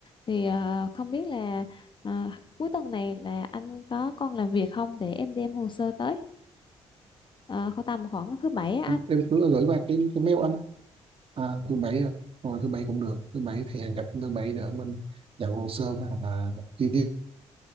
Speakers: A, on the left (about 40°); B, on the right (about 50°).
A: Thì à, không biết là à, cuối tuần này là anh có còn làm việc không để em đem hồ sơ tới. À, khoảng tầm khoảng thứ bảy á anh.
B: Em cứ gửi qua cái, cái mail anh À, thứ bảy ạ. rồi thứ bảy cũng được thứ bảy thì hẹn gặp thứ bảy để mình nhận hồ sơ và, và chi tiết